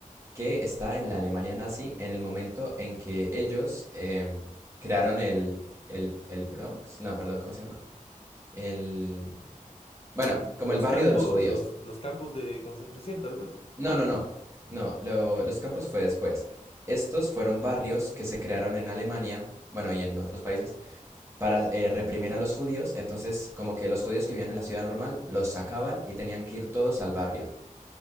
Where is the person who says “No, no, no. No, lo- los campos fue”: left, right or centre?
Right